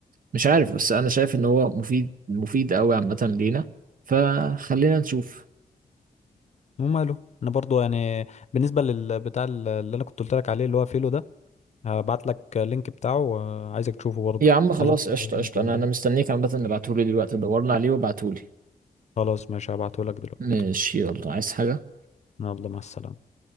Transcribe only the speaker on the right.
مش عارف بس انا شايف ان هو مفيد مفيد قوي عامة لينا فخلينا نشوف
يا عم خلاص
قشطة
قشطة
انا انا مستنيك عامة اللي بعتهولي دلوقتي دورنا عليه وبعتهولي
ماشي يلا عايز حاجة